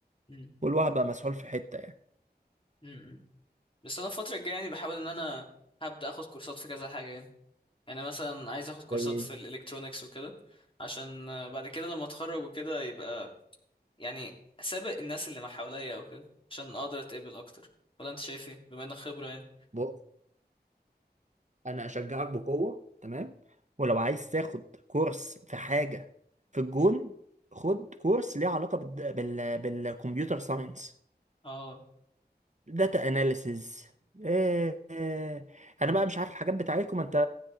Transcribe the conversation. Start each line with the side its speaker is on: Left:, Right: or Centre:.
Left: امم
Right: كل واحد بقى مسحول في حتة يعني
Left: امم بس انا الفتره الجايه يعني بحاول ان انا هبدا اخد كورسات في كذا حاجه يعني يعني مثلا عايز اخد كورسات
Right: زي
Left: في الالكترونيكس وكده عشان آه، بعد كده لما اتخرج وكده يبقى يعني سابق الناس اللي ما حواليا او كده عشان اقدر اتقبل اكتر ولا انت شايف ايه بما انك خبره يعني
Right: بص انا اشجعك بقوه تمام ولو عايز تاخد كورس في حاجة في الجون خد كورس ليه علاقة بال... بال... بالكمبيوتر ساينس
Left: اه
Right: داتا اناليسز إيه إيه. انا بقى مش عارف الحاجات بتاعتكم انت